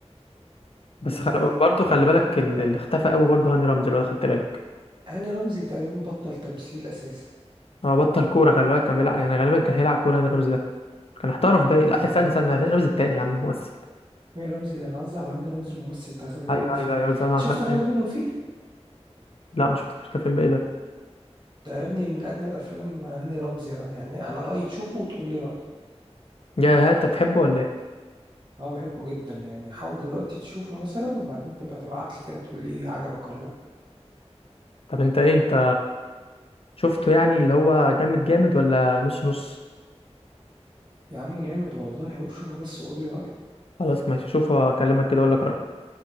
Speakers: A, on the left; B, on the right.
A: بس
B: ولا
A: خل... برضه خلي بالك
B: مم.
A: ال- اللي اختفى قوي برضه هاني رمزي لو خدت بالك
B: هاني رمزي تقريبا بطل تمثيل اساسا
A: هو بطل كوره خلي بالك كان بيلعب يعني غالبا كان هيلعب كوره هاني رمزي ده كان احترف باي
B: لا
A: لا
B: يا
A: استنى
B: عم
A: استنى
B: كرة
A: هاني رمزي
B: ايه
A: التاني يا عم ممثل
B: هاني رمزي انا قصدي على هاني رمزي الممثل بتاع غبي منه
A: ايوه
B: فيه
A: ايوه ايوه بس انا
B: أنت شفت
A: خدت
B: غبي منه فيه
A: لا ما شفتوش ده فيلم ايه ده
B: ده يا ابني من اجمل افلام هاني رمزي انا يعني انا رايي تشوفه وتقول لي رايي
A: يا انت بتحبه ولا ايه
B: اه بحبه جدا يعني حاول دلوقتي تشوفه مثلا وبعدين تبقى تبعت لي كده تقول لي عجبك ولا لا
A: طب انت ايه انت شفته يعني اللي هو جامد جامد ولا نص نص
B: يا عم جامد والله شوفه بس وقول لي رايك
A: خلاص ماشي اشوفه اكلمك كده اقول لك رأيي